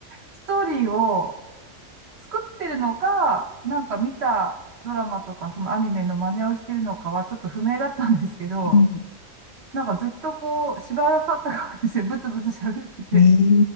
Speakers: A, on the right; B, on the left.
A: ストーリーを作ってるのか、なんか見たドラマとかそのアニメの真似をしてるのかはちょっと不明だったんですけど、
B: うん。
A: なんかずっとこう、芝居がかかった感じでブツブツ喋ってて、
B: ええ